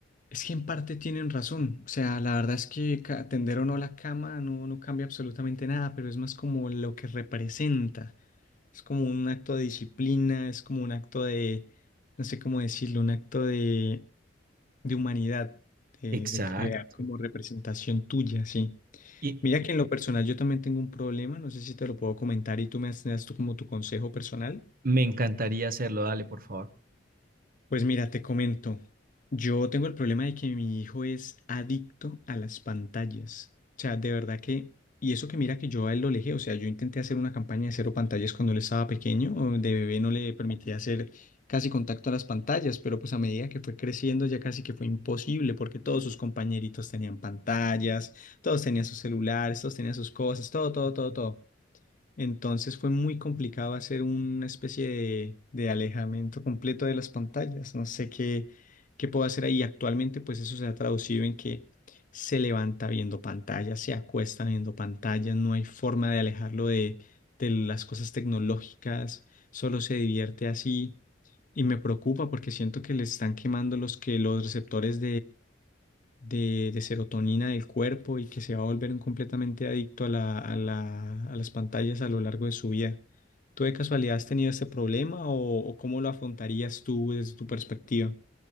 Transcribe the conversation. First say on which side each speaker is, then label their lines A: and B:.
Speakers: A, on the left; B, on the right.
A: es que en parte tienen razón. O sea, la verdad es que ca- tender o no la cama no, no cambia absolutamente nada, pero es más como lo que representa. Es como un acto de disciplina, es como un acto de, no sé cómo decirlo, un acto de de humanidad, de,
B: Exacto.
A: de crear como representación tuya, sí.
B: Y,
A: Mira que en lo personal yo también tengo un problema, no sé si te lo puedo comentar y tú me das, me das tú como tu consejo personal.
B: Me encantaría hacerlo, dale, por favor.
A: Pues mira, te comento, yo tengo el problema de que mi hijo es adicto a las pantallas. O sea, de verdad que, y eso que mira que yo a él lo alejé, o sea, yo intenté hacer una campaña de cero pantallas cuando él estaba pequeño, o de bebé no le permitía hacer casi contacto a las pantallas, pero pues a medida que fue creciendo ya casi que fue imposible porque todos sus compañeritos tenían pantallas, todos tenían sus celulares, todos tenían sus cosas, todo, todo, todo, todo. Entonces fue muy complicado hacer una especie de, de alejamiento completo de las pantallas. No sé qué, qué puedo hacer ahí. Actualmente, pues eso se ha traducido en que se levanta viendo pantallas, se acuesta viendo pantallas, no hay forma de alejarlo de, de las cosas tecnológicas, solo se divierte así. Y me preocupa porque siento que le están quemando los que los receptores de, de serotonina del cuerpo y que se va a volver un completamente adicto a la, a la- a las pantallas a lo largo de su vida. ¿Tú de casualidad has tenido este problema o, o cómo lo afrontarías tú desde tu perspectiva?